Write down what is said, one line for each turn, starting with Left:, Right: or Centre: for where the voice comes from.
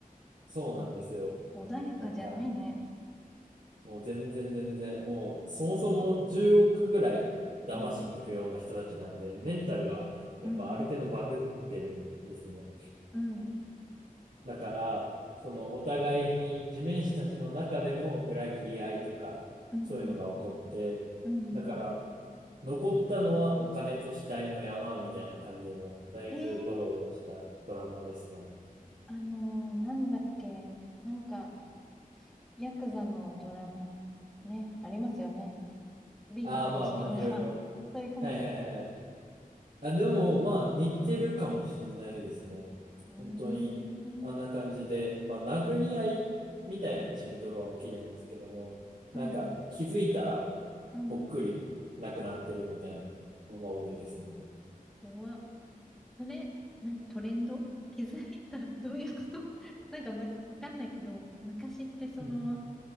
Right: そうなんですよ。
Centre: 穏やかじゃないね。
Right: なんか、もう全然全然、もう、そもそも10億ぐらい騙しに行くような人たちなんで、
Centre: うん、
Right: メンタルが、やっぱある程度バグってるんですね。
Centre: うん、うん、
Right: だから、その、お互いに地面師たちの中でも裏切り合いとか、
Centre: うん、
Right: そういうのが起こって、
Centre: うん。
Right: だから、残ったのはお金と死体の山みたいな感じの、だいぶドロドロしたドラマですね。
Centre: ええー、あのーなんだっけ。なんか、ヤクザのドラマ、ね、ありますよね。ビートたけし的な
Right: ああ、まあまあ、いろいろ。
Centre: <laughs> そういう感じ。
Right: はいはいはい。
Centre: う
Right: あ、でも、まあ、似てるかもしんないですね。
Centre: ーん、
Right: 本当に、
Centre: うん、
Right: あんな感じで、まあ、殴り合いみたいな血みどろは起きないんですけども、
Centre: うん。
Right: なんか、気づいたら、
Centre: うん
Right: ぽっくりなくなってるみたいなのが多いですね。
Centre: 怖っ。それ、何、トレンド気づいた。<laughs> どういうこと <laughs> なんかむ、わかんないけど、昔ってその、
Right: うん。